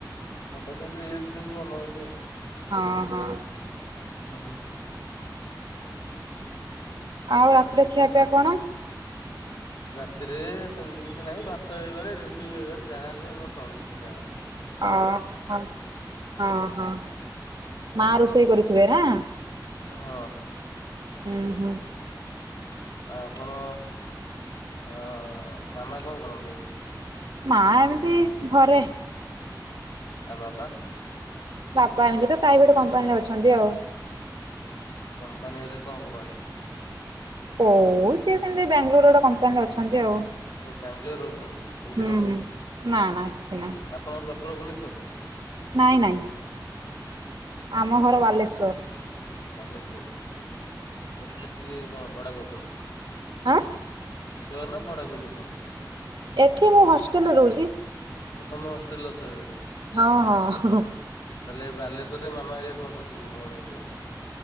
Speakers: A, on the left; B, on the right.
A: ଫଟୋ ସେଠି ରିଲସ ଫିଲସ ବନଉଚନ୍ତି ଆଉ।
B: ହଁ ହଁ।
A: ହଁ।
B: ଆଉ ରାତିରେ ଖିଆ ପିଆ କଣ?
A: ରାତିରେ ସେମିତି କିଛି ନାହିଁ। ଭାତ ହେଇବାରେ ରୁଟି ବି ହେଇବାରେ ଯାହାହଲେ ମୋର ଚଳୁଛି ଦି'ଟାଜାକ।
B: ଓ ହ ହଁ ହଁ। ମା ରୋଷେଇ କରୁଥିବେ ନା?
A: ହଁ
B: ହୁଁ ହୁଁ।
A: ଆ ଆପଣ ଆଁ ମାମା କଣ କରନ୍ତି?
B: ମା ଏମିତି ଘରେ।
A: ଆ ବାବା?
B: ବାବା ଏମିତି ଗୋଟେ ପ୍ରାଇଭେଟ କମ୍ପାନୀରେ ଅଛନ୍ତି ଆଉ।
A: କମ୍ପାନୀ ହେଲେ କୋଉଁ କମ୍ପାନି?
B: ଓ ସିଏ ସେମିତି ବାଙ୍ଗାଲୋର ଗୋଟେ କମ୍ପାନୀରେ ଅଛନ୍ତି ଆଉ।
A: ମୁଁ ବାଙ୍ଗାଲୋର ରେ ରହୁଛନ୍ତି ଏଇଠି
B: ହୁଁ
A: ରହୁନାହାନ୍ତି
B: ହୁଁ ନା ନା ଏଠି ନାଇଁ
A: ଆପଣଙ୍କ ଭୁବନେଶ୍ୱର।
B: ନାଇଁ ନାଇଁ ଆମ ଘର ବାଲେଶ୍ୱର।
A: ବାଲେଶ୍ଵର ଏଠି ଆସି କଣ ଭଡ଼ା କୁ ଅଛନ୍ତି?
B: ଆଁ।
A: ନିଜ ଘର ନା ଭଡାକୁ ଏଠି ଅଛନ୍ତି?
B: ଏଠି ମୁଁ ହଷ୍ଟେଲରେ ରହୁଛି।
A: ମୁଁ ତମେ ହଷ୍ଟେଲରେ ଅଛ ଏବେ?
B: ହଁ ହଁ ଅ।
A: ତାହେଲେ ବାଲେଶ୍ଵରରେ ମାମା ହେରଆ ସମସ୍ତେ ଥିବେ ଭଉଣୀ ଏରିକା